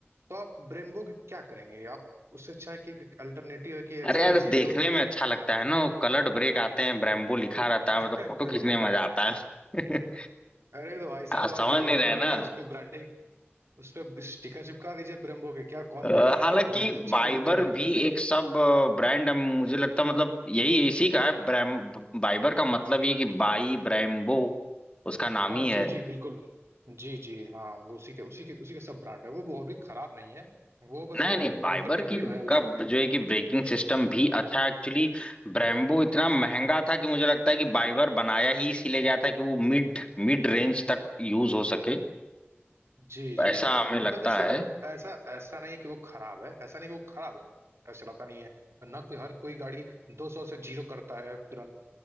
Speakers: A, on the right; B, on the left.
A: तो आप ब्रेम्बो के क्या करेंगे आप उससे अच्छा है कि अल्टरनेटिव है कि ऐसे
B: अरे यार
A: लीजिए
B: देखने
A: जो
B: में अच्छा लगता है ना वो कलर्ड ब्रेक आते हैं ब्रेम्बो लिखा रहता
A: <laughs>
B: है मतलब फोटो खींचने में मजा आता है <laughs>
A: अरे तो भाई साहब
B: आप समझ
A: आप बाइबर
B: नहीं रहे
A: भी लेके
B: ना
A: उस पे ब्रांडिंग उस पे स्टिकर चिपका दीजिए ब्रेम्बो के क्या कौन
B: अ,
A: देख रहा
B: हालांकि
A: है और वो अच्छे
B: बाइबर
A: भी लगते हैं देखने
B: भी
A: में
B: एक सब ब्रांड मुझे लगता है मतलब यही इसी का है ब्रैम बाइबर का मतलब ये कि बाई ब्रेम्बो उसका नाम
A: हाँ
B: ही है
A: जी जी बिल्कुल जी जी हाँ वो उसी के उसी के उसी के सब ब्रांड है वो और भी खराब नहीं है वो बस
B: नहीं
A: एक
B: नहीं बाइबर
A: अल्टरनेटिव
B: की
A: है उस
B: का जो है कि ब्रेकिंग सिस्टम भी अच्छा है। एक्चुअली ब्रेम्बो इतना महंगा था कि मुझे लगता है कि बाइबर बनाया ही इसीलिए गया था कि वो मिड मिड रेंज तक यूज हो सके
A: जी जी
B: ऐसा हमें लगता
A: मतलब जैसे
B: है
A: ऐसा ऐसा नहीं है कि वो खराब है ऐसा नहीं कि वो खराब है ऐसा चलाता नहीं है ना कोई हर कोई गाड़ी 200 से जीरो करता है तुरंत